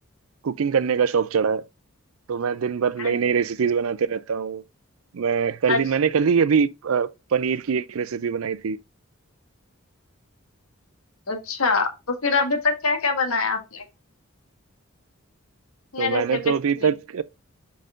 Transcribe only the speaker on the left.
अरे,
आज
अच्छा तो फिर अभी तक क्या क्या बनाया आपने कितने
रेसिपीज
के लिए